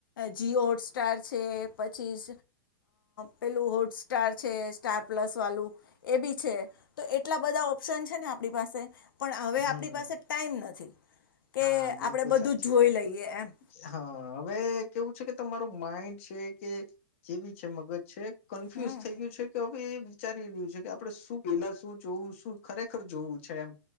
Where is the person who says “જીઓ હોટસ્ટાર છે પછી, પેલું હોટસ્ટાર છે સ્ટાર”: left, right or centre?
Left